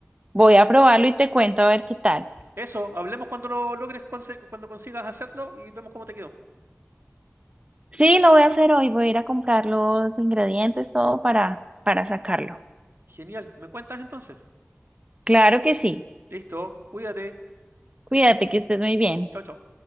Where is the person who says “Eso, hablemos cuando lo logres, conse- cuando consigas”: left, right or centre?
Right